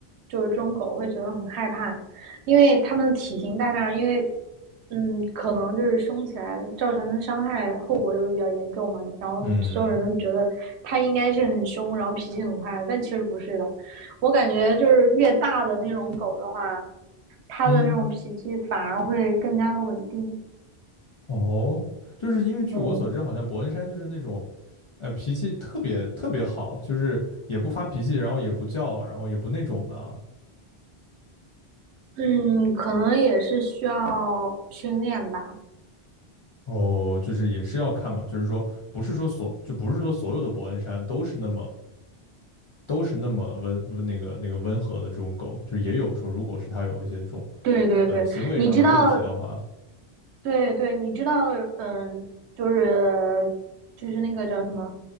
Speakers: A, on the right; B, on the left.
A: 就是这种狗会觉得很害怕，因为它们体型在那儿，因为嗯，可能就是凶起来造成的伤害后果也会比较严重嘛，然后所有人都觉得它应该是很凶，
B: 嗯
A: 然后脾气很坏，但其实不是的。我感觉就是越大的那种狗的话，它的那种脾气反而会更加的稳定。
B: 嗯，哦，就是因为据我所知，
A: 嗯
B: 好像伯恩山就是那种呃脾气特别特别好，就是也不发脾气，然后也不叫，然后也不那种的啊。
A: 嗯，可能也是需要训练吧。
B: 哦，就是也是要看嘛，就是说不是说所就不是说所有的伯恩山都是那么都是那么温温那个那个温和的这种狗，就是也有说如果是它有一些这种
A: 对对对，
B: 呃行为上的问题的话，
A: 你知道，对对，你知道，嗯，就是就是那个叫什么